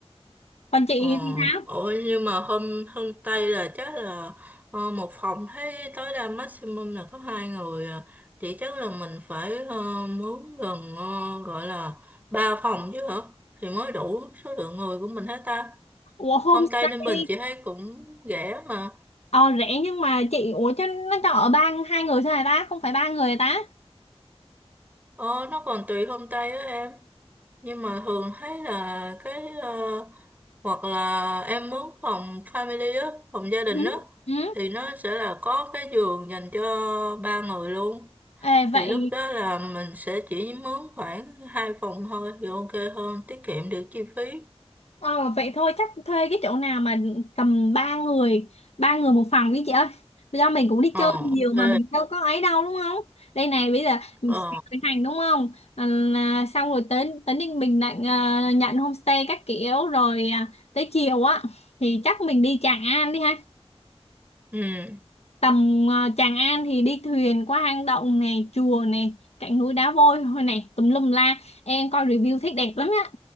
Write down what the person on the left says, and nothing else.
Còn chị
thì sao?
Ủa homestay
ờ rẻ nhưng mà chị ủa cho nó cho ở ba hai người thôi hả ta? Không phải ba người hả ta?
Ừ.
Ừ.
Ê,
vậy
ờ, vậy thôi chắc thuê cái chỗ nào mà tầm ba người ba người một phòng đi chị ơi do mình cũng đi
chơi nhiều
mà mình đâu có ấy đâu đúng không đây này bây giờ mình
sẽ khởi hành đúng không à, là- xong rồi tới tới Ninh Bình lại ờ, nhận homestay các kiểu rồi à, tới chiều á thì chắc mình đi Tràng An đi ha
tầm ờ, Tràng An thì đi thuyền qua hang động này chùa này cạnh núi đá vôi thôi này tùm lum la em coi review thấy đẹp lắm á